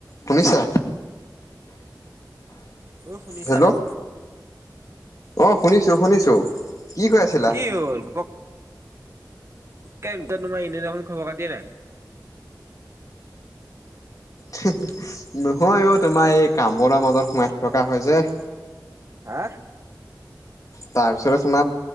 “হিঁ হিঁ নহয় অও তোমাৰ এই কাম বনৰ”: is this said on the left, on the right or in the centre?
Left